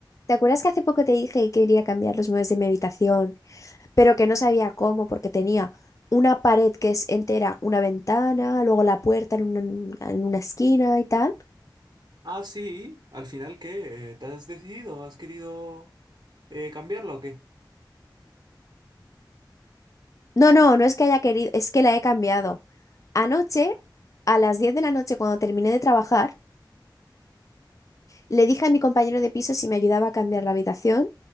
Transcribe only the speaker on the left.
¿Te acuerdas que hace poco te dije que quería cambiar los muebles de mi habitación, pero que no sabía cómo porque tenía una pared que es entera, una ventana, luego la puerta en una, en una esquina y tal?
No, no, no es que haya querido, es que la he cambiado. Anoche, a las 10 de la noche, cuando terminé de trabajar, le dije a mi compañero de piso si me ayudaba a cambiar la habitación